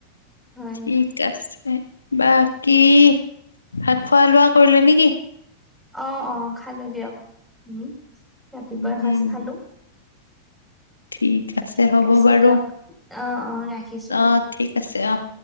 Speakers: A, in the centre; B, on the left.
A: হয়।
B: ঠিক আছে। বাকী ভাত খোৱা লোৱা কৰিলে নেকি।
A: অ'- অ' খালো দিয়ক, উম ৰাতিপুৱাৰ
B: উম,
A: সাজ খালো।
B: ঠিক আছে
A: ঠিক
B: হ'ব বাৰু।
A: দিয়ক অ অ ৰাখিছো দিয়ক
B: অ', ঠিক আছে অ'।